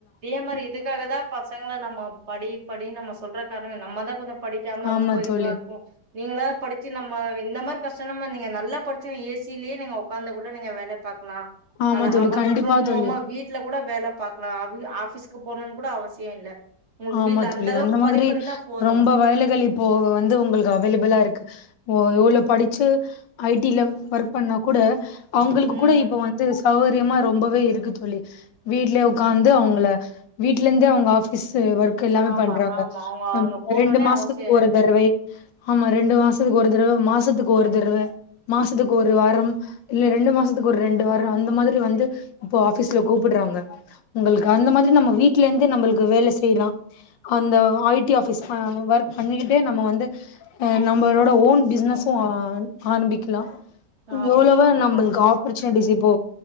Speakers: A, on the right (about 40°); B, on the left (about 80°).
A: இதேமாரி இதுக்காக தா பசங்களை நம்ம படி படி நம்ம சொல்ற காரணமே நம்மதா கொஞ்ச படிக்காம
B: ஆமா
A: ரொம்ப
B: தோழி
A: இதுவா இருக்கு நீங்களாது படிச்சு நம்ம இந்த மாரி கஷ்ட இல்லாம நீங்க நல்லா படிச்சுங்க ஏசியிலேயே நீங்க உக்காந்து கூட நீங்க வேலை பாக்கலா
B: ஆமா
A: அழகா
B: தோழி
A: ஒர்க்
B: கண்டிப்பா
A: ஃப்ரம்
B: தோழி
A: ஹோமா வீட்ல கூட வேல பாக்கலா ஆஃபிஸ்க்கு போனும்னு கூட அவசிய இல்ல உங்களுக்கு
B: ஆமா
A: வீட்ல
B: தோழி
A: அளவுக்கு
B: அந்த மாதிரி
A: படிப்பு இருந்தா போது
B: ரொம்ப வயலுகள் இப்போ வந்து உங்களுக்கு அவைலபிளா இருக்கு ஓ எவ்வளவு படிச்சு ஐ டி ல ஒர்க் பண்ணா கூட அவங்களுக்கு
A: ம்
B: கூட இப்ப வந்து ச வுரியமா ரொம்பவே இருக்கு தோழி வீட்டுலயே உட்காந்து அவங்கள வீட்ல இருந்தே அவுங்க ஆபிஸ் ஒர்க் எல்லாமே
A: ஆமா
B: பண்றாங்க
A: ஆமா அவங்க அங்க போணுன்னே
B: ரெண்டு மாசத்துக்கு
A: அவசியோ
B: ஒரு
A: இல்ல
B: தடவை ஆமா ரெண்டு மாசத்துக்கு ஒரு தடவை மாசத்துக்கு ஒரு தடவை மாசத்துக்கு ஒரு வாரம் இல்ல ரெண்டு மாசத்துக்கு ஒரு ரெண்டு வார அந்த மாதிரி வந்து இப்போ ஆபிஸ்ல கூப்பிடுறாங்க உங்களுக்கு அந்த மாதிரி நம்ம வீடல இருந்தே நம்மளுக்கு வேலை செய் யலாம் அந்த ஐ டி ஆஃபிஸ் ஒர்க் பண்ணிக்கிட்டே நம்ம வந்து நம்மளோட ஓன் பிசினஸு ஆரம்பிக்கலா
A: ஆமா
B: எவ்வளவு
A: ஆமா
B: நம்மளுக்கு
A: கண்டிப்பா
B: ஆப்பர்ச்சுனிட்டிஸ் இப்போ